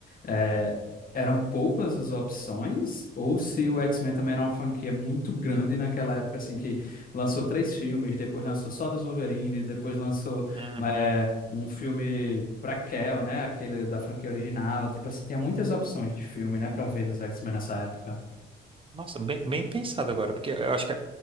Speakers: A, on the left; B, on the right.
A: é, eram poucas as opções, ou se o X-Men também era uma franquia muito grande naquela época, assim, que lançou três filmes, depois lançou só dos Wolverine, depois lançou
B: Hum,
A: é, um filme pra Kell, né? Aquele da franquia original. Tipo assim, tinha muitas opções de filme, né, pra ver dos X-Men nessa época.
B: nossa, bem, bem pensado agora, porque eu acho que